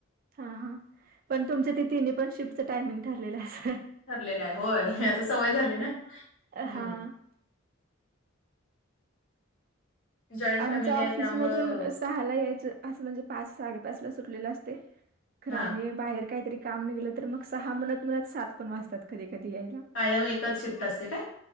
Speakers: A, on the right; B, on the left.
A: हा हा पण तुमच्या तिथीने पण शिफ्टचं टायमिंग ठरलेलं अस
B: ठरलेला आहे होय आता सवय झाली ना हम्म
A: हा
B: जॉईंट
A: आमच
B: फॅमिली
A: ऑफिसमधून
B: आहे त्यामुळं
A: सहाला यायचं असं म्हणजे पाच साडेपाच ला सुटलेलं असते खर
B: हा
A: आणि बाहेर काहीतरी काम निघलं तर मग सहा मणत मत सात पण वाजतात कधी कधी यायला
B: कायम एकच शिफ्ट असते काय